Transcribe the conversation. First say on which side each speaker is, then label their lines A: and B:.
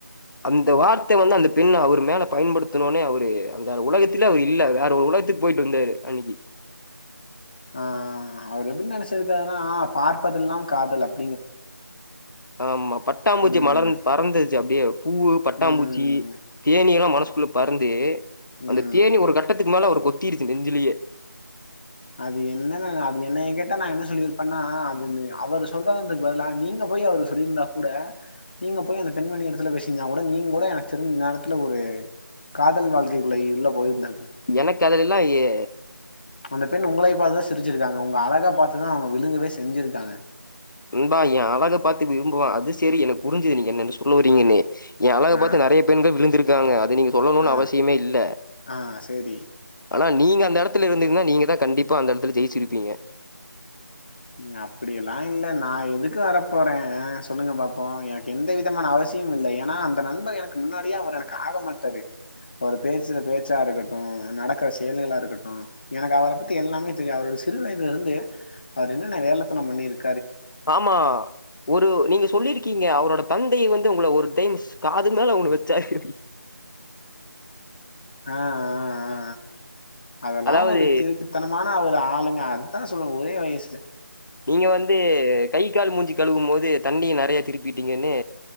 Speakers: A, on the left; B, on the left.
A: அந்த வார்த்தை வந்து அந்த பெண் அவுர் மேல பயன்படுத்துணோனே அவுரு அந்த உலகத்துலயே அவுரு இல்ல வேற ஒரு உலகத்துக்கு போயிட்டு வந்தாரு அன்னிக்கு
B: ஆ அவுர் எப்டி நெனைச்சி இருக்காருன்னா பார்ப்பதெல்லா காதல் அப்
A: ஆமா பட்டாம்பூச்சி
B: ம்
A: மலர் பறந்துருச்சு அப்டியே பூவு பட்டாம்பூச்சி
B: ம்
A: தேனீ எல்லா மனசு குள்ள பறந்து அந்த
B: ம்
A: தேனீ ஒரு கட்டத்துக்கு மேல அவுரு கொத் குத்திருச்சு நெஞ்சுலயே
B: அது என்னன்ன அது என்னய கேட்டா நா என்ன சொல்லிருப்பேன்னா அது அவரு சொல்றதுக்கு பதிலா நீங்க போய் அவரு சொல்லிருந்தா கூட நீங்க போய் அந்த பெண்மணி எடத்துல பேசந்தா கூட நீங்க கூட எனக்கு தெரிஞ்சு இன்நேரத்துல ஒரு காதல் வாழ்க்கைகுள்ள உள்ள போயிருந்
A: எனக்கு அதுல எல்லா ஏ
B: அந்த பெண் உங்களை பார்த்துதா சிரிச்சிருக்காங்க உங்க அழகா பாத்துதா அவுங்க விழுங்கவே சிரி செஞ்சுருக்காங்க
A: நண்பா எ அழகாக பாத்து விரும்புவா அது சேரி எனக்கு புரிஞ்சது நீங்க என்னன்ன சொல்ல வரீங்கன்னு எ அழகா
B: ஆ
A: பாத்து நெறய பெண்கள் விழுந்திருக்கு விழுந்திருக்காங்க நீங்க சொல்லணும்னு
B: ஆ
A: அவசியமே இல்ல
B: ஆ சேரி
A: ஆனா நீங்க அ அந்த இடத்துல இருந்தீங்னா நீங்க தா கண்டிப்பா அந்த இடத்துல ஜெயிச்சிருப்பீங்க
B: உம் அப்டி எல்லா இல்ல நா எதுக்கு வர போறே சொல்லுங்க பாப்போ எனக்கு எந்த விதமான அவசியமு இல்ல ஏன்னா அந்த நண்பர் எனக்கு முன்னாடியே அவர் எனக்கு ஆக மாட்டாறு அவர் பேசுற பேச்சா இருக்கட்டு நடக்ற செயல்களா இருக்கட்டு எனக்கு அவர பத்தி எல்லாமே தெரியு அவரோடைய சிறு வயதுல இருந்து அவர் என்னன்ன வேலத்தனம் பண்ணிருக்
A: ஆமா ஒரு நீங்க சொல்லிருக்கீ இருக்கீங்க அவரோட தந்தைய வந்து உங்கள ஒரு டைம் காது மேல ஒன்னு வச்சாரு
B: ஆ ஆ ஆ ஆ அதெல்லா
A: அதாவது
B: ஒரு கிறுக்குதனமான ஒரு ஆ ஆளுங்க அதுதா சொல்லுவேங்க ஒரே வயசு
A: நீங்க வந்து கை கால் மூஞ்சிக்க கழுவும் போது தண்ணிய நெறய திருப்பிட்டீங்கன்னு